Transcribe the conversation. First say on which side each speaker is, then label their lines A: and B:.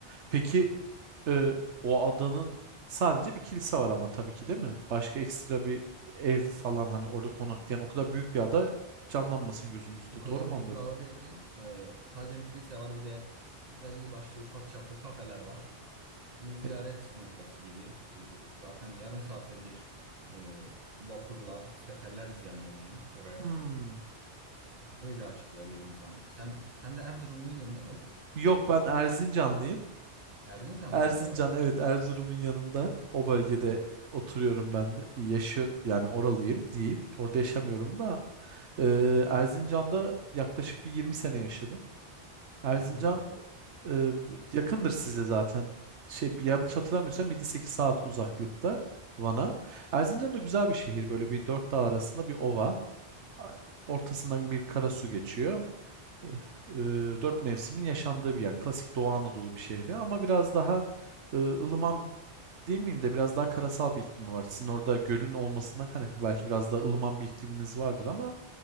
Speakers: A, on the right; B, on the right.
A: Peki
B: Evet.
A: e, o adanın sadece bir kilise var ama tabii ki değil mi? Başka ekstra bir ev falan hani orada konaklayan o kadar büyük bir ada canlanmasın gözümüzde.
B: O kadar
A: Doğru mu
B: büyük
A: anlıyorum?
B: bir ada değil. E, sadece bir kilise var, bir de belli başlı ufak çaplı kafeler var. Hani ziyaret
A: E,
B: noktası gibi. E, zaten yarım saatte bir e, vapurla seferler düzenleniyor oraya.
A: hmm.
B: Öyle açıklayabilirim sana. Sen sen de Erzurumluydun değil mi Ufuk?
A: Yok
B: Yanılmıyorsam.
A: ben Erzincanlıyım.
B: Erzincan
A: Erzincan
B: mıydı o?
A: evet Erzurum'un yanında o bölgede
B: Evet.
A: oturuyorum ben de. Yaşıyor yani oralıyım diyeyim. Orada yaşamıyorum da e,
B: Hı hı.
A: Erzincan'da yaklaşık bir 20 sene yaşadım. Erzincan
B: Öyle mi bayağı?
A: Ee, yakındır size zaten. Şey bir yanlış
B: Evet.
A: hatırlamıyorsam 7-8 saat uzaklıkta Van'a. Erzincan da güzel bir şehir. Böyle bir dört dağ arasında bir ova. A- Ortasından bir karasu geçiyor. Ee, e, Dört mevsimin yaşandığı bir yer. Klasik Doğu Anadolu bir şehri ama biraz daha e, ılıman Değil miyim de biraz daha karasal bir iklimi var. Sizin orada gölün olmasından kaynaklı belki biraz daha ılıman bir ikliminiz vardır ama